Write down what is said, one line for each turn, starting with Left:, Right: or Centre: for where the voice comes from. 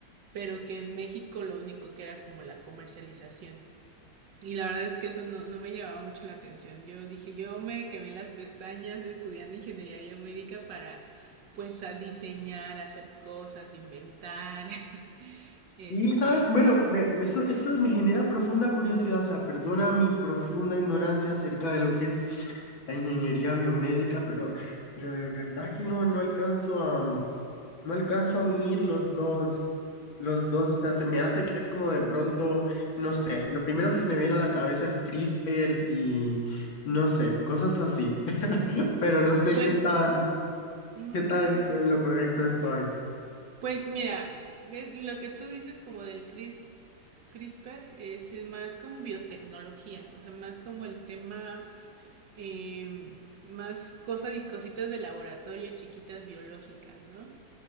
Right: pero que en México lo único que era como la comercialización. Y la verdad es que eso no, no me llamaba mucho la atención. Yo dije, yo me quemé las pestañas estudiando ingeniería biomédica para pues a diseñar, hacer cosas, inventar, <laughs>
Left: Sí,
Right: este,
Left: ¿sabes? Bueno, me- me- eso, eso me genera profunda curiosidad, o sea, perdona mi profunda ignorancia acerca de lo que es la ingeniería biomédica, pero, pero de verdad que no, no alcanzo a, No alcanzo a unir los dos. Los dos, o sea, se me hace que es como de pronto, no sé, lo primero que se me viene a la cabeza es CRISPR y no sé, cosas así, <laughs> pero no sé
Right: pues,
Left: qué tan,
Right: mm,
Left: qué tan en lo correcto estoy.
Right: Pues mira, eh, lo que tú dices como del cris CRISPR es más como biotecnología, o sea, más como el tema, eh, más cosas y cositas de laboratorio chiquitas biológicas, ¿no?